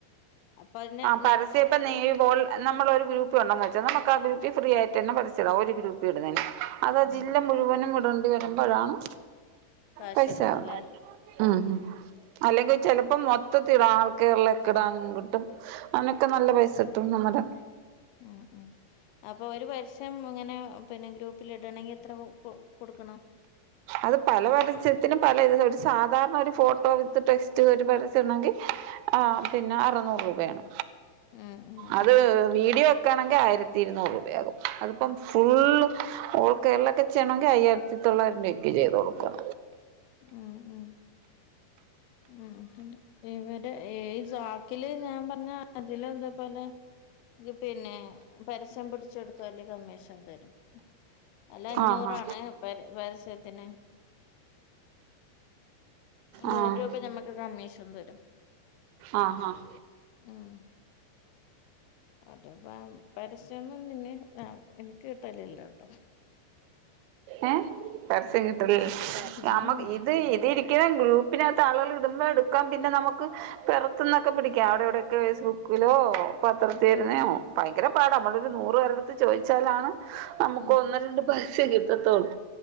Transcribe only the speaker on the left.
അപ്പൊന്നെ
ഉം
കാശ്
കൊടുക്കല്ലേ
ആഹ്
ആഹ ആഹ അപ്പൊ ഒരു പരസ്യം ഇങ്ങനെ പിന്നെ ഗ്രൂപ്പിൽ ഇടണെങ്കി എത്ര കൊടുക്കണം
ഉം ഉം
ഉം
മ്ഹ് മ്ഹ് ഉം ഇവര് ഈ സോക്കില് ഞാൻ പറഞ്ഞ അതില് എന്തോ പോലെ എങ്കി പിന്നെ പരസ്യം പിടിച്ചെടുത്താല് കമ്മീഷൻ തരും അല്ല അഞ്ഞൂറാണ്
പര പരസ്യത്തിന് നൂറ്
രൂപ ഞമ്മക്ക് കമ്മീഷൻ തരും
ഉം എന്നിട്ട് ഇപ്പം പരസ്യൊന്നും <unintelligible> ആഹ് എനിക്ക് കിട്ടലില്ലാട്ടോ
ഉം
ഉം